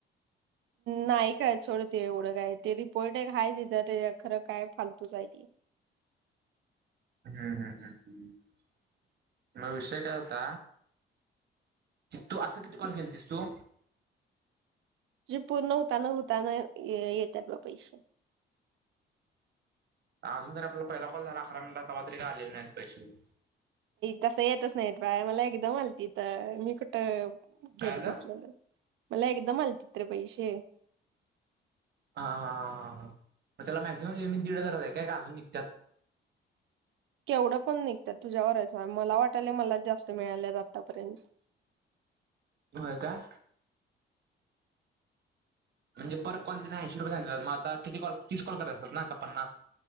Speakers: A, on the right; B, on the right.
A: नाही कळत सोड ते एवढं काय ते रिपोर्ट एक हाय तिथं खरं काय फालतूच हाय ते.
B: हम्म, हम, हम मग विषय काय होता. तू असं किती कॉल केलतीस तू.
A: जे पूर्ण होताना होताना येतात बग पैसे.
B: अजून तर आपला पहिला कॉल झाला अकरा मिनिटातचा तर काय आलेले नाहीत पैसे.
A: तस येत येतच नाही, बाळ मला एकदम आलती त मी कुठ घेत
B: काय आलं
A: बसलेलो. मला एकदम अलतीत रे पैसे.
B: हा, हा, हा, मग त्याला मॅक्झिमम लिमिट दीड हजारच आहे काय का अजून निघतात.
A: केवढं पण निघतात, तुझ्यावरच मला वाटलय मला जास्त मिळाल्यात आतापर्यंत
B: होय काय. म्हणजे पर कॉल तिने ऐंशी रुपये मग आता किती कॉल तीस कॉल करायच्या असतात ना काय पन्नास.